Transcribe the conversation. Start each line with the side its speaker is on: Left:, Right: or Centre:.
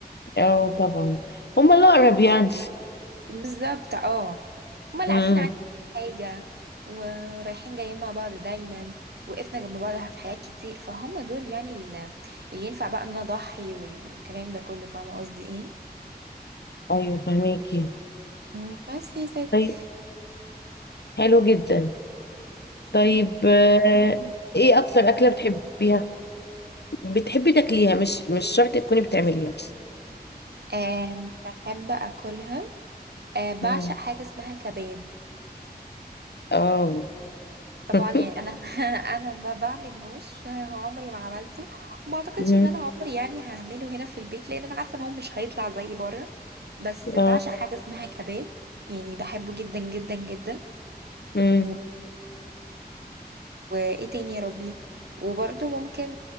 Left: اه طبعا هما الاقرب يعني
Right: بالظبط اه هما اللي
Left: امم
Right: عارفين عني حاجة ورايحين جايين مع بعض دايما وقفنا جنب بعض في حاجات كتير فهم دول يعني ال- اللي ينفع بقى ان انا اضحي والكلام ده كله فاهمة قصدي ايه
Left: ايوه فهميكي
Right: مم. بس يا ستي
Left: طيب حلو جدا طيب آه، ايه اكتر اكله بتحبيها بتحبي تاكليها مش مش شرط تكوني بتعمليها
Right: آم، بحب اكلها آم، بعشق
Left: مم.
Right: حاجة اسمها كباب
Left: اه
Right: طبعا
Left: <laughs>
Right: يعني انا <laughs> انا ما بعملهوش عمري ما عملته وما اعتقدش
Left: مم.
Right: ان انا عمري يعني هعمله هنا في البيت لان انا عارفه ان هو مش هيطلع زي بره بس بعشق
Left: اه
Right: حاجه اسمها كباب يعني بحبه جدا جدا جدا
Left: مم.
Right: و- وايه تاني يا ربي وبرده ممكن